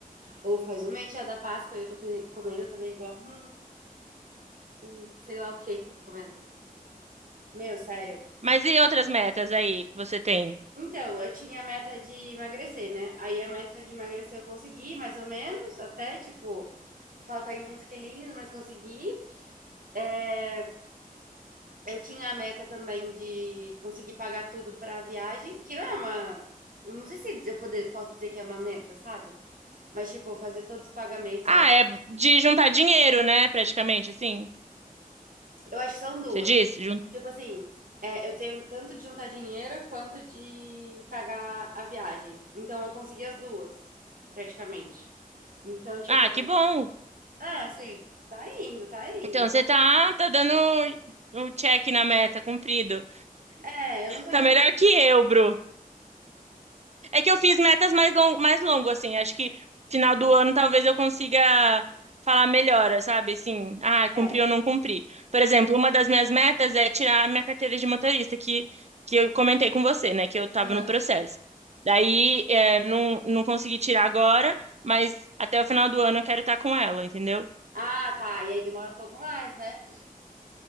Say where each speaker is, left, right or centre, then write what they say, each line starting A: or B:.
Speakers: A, on the right; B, on the right.
A: ou faz um mês já da Páscoa e eu tô co- comendo também igual, hum, hum, sei lá o que que eu tô comendo. Meu, sério,
B: Mas e outras metas aí que você tem?
A: Então, eu tinha a meta de emagrecer, né? Aí a meta de emagrecer eu consegui, mais ou menos, até, tipo, falta ainda uns quilinhos, mas consegui. É, eu tinha a meta também de conseguir pagar tudo pra viagem, que não é uma. eu Não sei se eu poder, posso dizer que é uma meta, sabe? Mas, tipo, fazer todos os pagamentos.
B: Ah,
A: das-
B: é de juntar dinheiro, né? Praticamente, assim.
A: Eu acho que são duas.
B: Você disse? Jun-
A: Tipo assim, é, eu tenho tanto de juntar dinheiro quanto de pagar a viagem. Então, eu consegui as duas, praticamente. Então, tipo.
B: Ah, que bom.
A: É, sim. Tá indo, tá indo.
B: Então você tá, tá dando um check na meta, cumprido.
A: É, eu não sei
B: Tá
A: como.
B: melhor que eu, Bru. É que eu fiz metas mais long, mais longo, assim. Acho que final do ano talvez eu consiga falar melhor, sabe? Assim, ah, cumpri
A: É.
B: ou não cumpri. Por exemplo, uma das minhas metas é tirar a minha carteira de motorista, que, que eu comentei com você, né? Que eu tava
A: Aham.
B: no processo. Daí, é, não, não consegui tirar agora, mas até o final do ano eu quero estar com ela, entendeu?
A: Ah, tá. E aí demora um pouco mais, né?